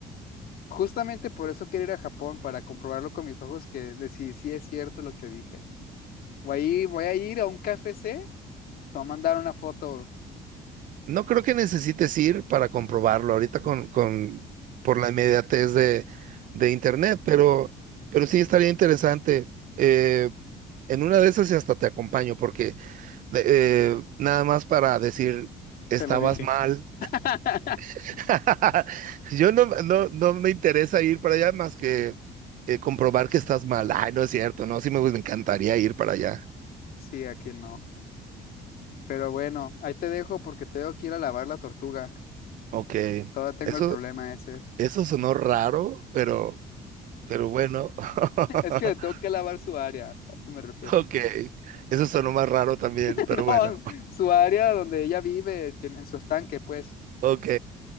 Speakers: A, on the left; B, on the right.
A: Justamente por eso quiero ir a Japón, para comprobarlo con mis ojos que de si sí es cierto lo que dije. Voy a ir, voy a ir a un KFC, te voy a mandar una foto,
B: No creo que necesites ir para comprobarlo ahorita con, con, por la inmediatez de, de internet, pero, pero sí estaría interesante. Eh, en una de esas y hasta te acompaño, porque de- eh, nada más para decir, estabas
A: te lo dije.
B: mal.
A: <laughs>
B: <laughs> Yo no, no, no me interesa ir para allá más que eh, comprobar que estás mal. Ay, no es cierto, no, sí me, me encantaría ir para allá.
A: Sí, aquí no. Pero bueno, ahí te dejo porque tengo que ir a lavar la tortuga.
B: Ok,
A: Todavía tengo
B: eso,
A: el problema ese.
B: eso sonó raro, pero, pero bueno. <laughs>
A: <laughs> Es que le tengo que lavar su área, a eso me refiero.
B: Ok, eso sonó más raro también,
A: <laughs>
B: pero bueno.
A: No, su área donde ella vive, tiene- en su estanque, pues.
B: Ok,